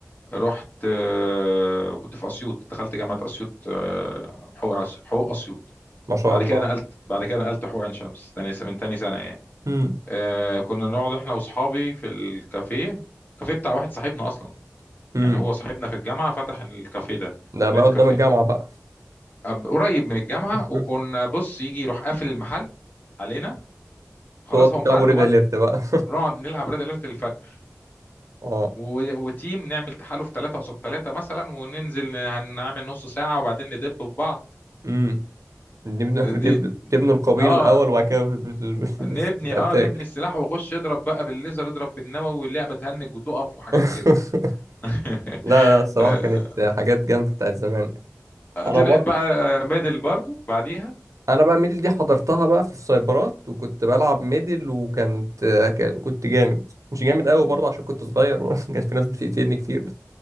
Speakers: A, on the left; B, on the right.
A: رحت آه، وكنت في اسيوط دخلت جامعه اسيوط آه، حقوق أس- حقوق اسيوط
B: ما شاء
A: بعد
B: الله
A: كده نقلت بعد كده نقلت حقوق عين شمس تاني س- من تاني سنه يعني
B: امم
A: آه، كنا نقعد احنا واصحابي في الكافيه الكافيه بتاع واحد صاحبنا اصلا
B: امم
A: يعني هو صاحبنا في الجامعه فتح الكافيه ده
B: ده بقى
A: نت
B: <laughs> قدام
A: كافيه
B: الجامعة بقى
A: أب- قريب من الجامعه
B: <laughs>
A: وكنا بص يجي يروح قافل المحل علينا خلاص
B: تقعد تلعبوا
A: هو محله
B: ريد
A: بقى
B: اليرت بقى
A: نقعد نلعب ريد اليرت الفجر
B: <laughs> اه
A: و... وتيم نعمل تحالف ثلاثة قصاد ثلاثة مثلا وننزل ن- هنعمل نص ساعة وبعدين ندب في بعض
B: امم بنبنوا بنبنوا-
A: دي
B: بتبنوا القبيل
A: اه
B: <laughs> الأول وبعد كده بت- بت- بت-
A: نبني
B: بتأتاك
A: اه نبني السلاح واخش اضرب بقى بالليزر اضرب بالنووي واللعبه تهنج وتقف وحاجات
B: <laughs>
A: كده <laughs>
B: لا لا الصراحة
A: آه،
B: كانت حاجات جامدة بتاعت زمان أنا
A: طلعت
B: برضه
A: بقى ميدل برضو بعديها
B: أنا بقى ميدل دي حضرتها بقى في السايبرات وكنت بلعب ميدل وكانت ك- كنت جامد مش جامد قوي برضه عشان كنت صغير <laughs> كانت في ناس بتقتلني كتير